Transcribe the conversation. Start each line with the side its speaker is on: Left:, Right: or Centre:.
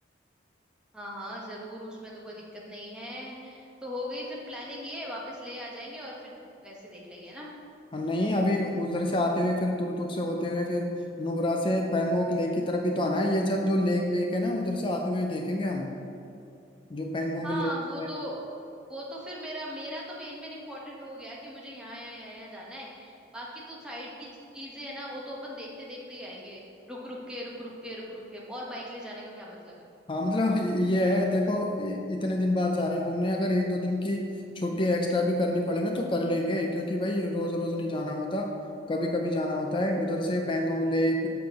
Centre: हाँ हाँ जरूर उसमें तो कोई दिक्कत नहीं है तो हो गई फिर प्लानिंग ये वापस ले आ जाएंगे और फिर वैसे देख लेंगे ना
Left: और नहीं अभी उधर से आते हुए फिर तुरतुक से होते हुए फिर नुब्रा से पैंगोंग लेक की तरफ भी तो आना है ये सब जो लेक वेक है ना उधर से आते हुए देखेंगे हम जो पैंगोंग
Centre: हाँ
Left: लेक
Centre: वो तो वो तो फिर मेरा मेरा तो मेन मेन इम्पोर्टेंट हो गया कि मुझे यहाँ यहाँ यहाँ यहाँ जाना है बाकी तो साइड की चीजें है ना वो तो अपन देखते देखते ही आएंगे रुक रुक के रुक रुक के रुक रुक के और बाइक ले जाने का क्या मतलब है
Left: हाँ मतलब ये है देखो इ- इतने दिन बाद जा रहे हैं घूमने अगर एक दो दिन की छुट्टी एक्स्ट्रा भी करनी पड़े ना तो कर लेंगे क्योंकि भाई रोज रोज नहीं जाना होता कभी कभी जाना होता है उधर से पैंगोंग लेक